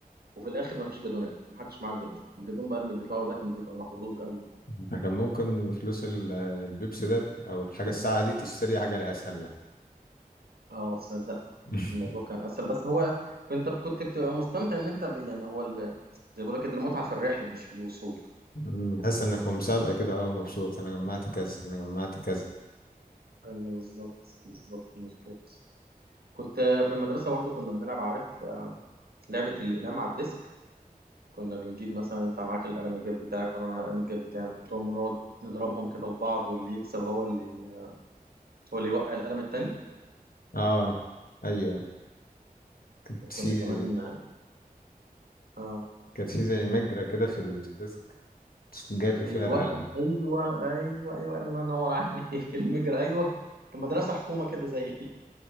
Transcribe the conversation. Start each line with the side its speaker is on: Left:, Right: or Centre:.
Right: وفي الاخر مفيش جدولات محدش معاه الجدول الجدول بقى اللي بيطلعوا ده كان بيبقى محظوظ قوي
Left: ده كان ممكن فلوس ال- البيبسي ده او الحاجة الساعة دي تشتري حاجة اسهل لك
Right: اه تصدق
Left: <laughs>
Right: الموضوع كان اسهل بس هو انت كنت بتبقى مستمتع ان انت ب... يعني هو ال... زي ما بقول لك كده المتعه في الرحله مش في الوصول
Left: مم، تحس انك في مسابقة كده اه مبسوط انا جمعت كذا انا جمعت كذا
Right: ايوه بالظبط بالظبط مظبوط كنت آه، في المدرسه برضو كنا بنلعب عارف آه، لعبه الاقلام على الديسك كنا بنجيب مثلا انت معاك القلم الجاف بتاعك وانا معايا القلم الجاف بتاعي نحطهم ونقعد نضربهم كده في بعض واللي يكسب هو اللي هو اللي يوقع القلم التاني
Left: اه ايوه كانت
Right: وكنا
Left: في
Right: كمان آه،
Left: كانت في زي مجرى كده في الديسك جري
Right: ايوه
Left: فيها القلم
Right: ايوه ايوه ايوه الله ينور عليك <laughs> المجرى ايوه كان مدرسه حكومه كده زي <laughs>